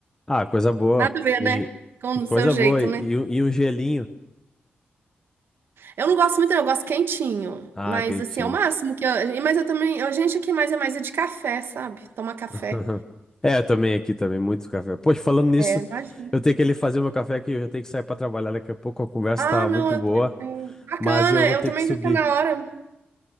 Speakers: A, on the left; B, on the right.
A: Ah, coisa boa.
B: Nada a ver,
A: E,
B: né? Com
A: e coisa
B: o seu jeito,
A: boa. E,
B: né?
A: e um e um gelinho.
B: Eu não gosto muito, não, eu gosto quentinho.
A: Ah,
B: Mas
A: quentinho.
B: assim, é o máximo que eu. Mas eu também. A gente aqui mais é mais é de café, sabe? Toma café.
A: <laughs> É, eu também aqui também, muito café. Poxa, falando nisso,
B: É, imagina.
A: eu tenho que ali fazer meu café aqui, eu já tenho que sair pra trabalhar daqui a pouco, a conversa
B: Ah,
A: tá
B: não,
A: muito
B: eu-
A: boa,
B: é, bacana,
A: mas eu vou
B: eu
A: ter
B: também
A: que subir.
B: já tá na hora.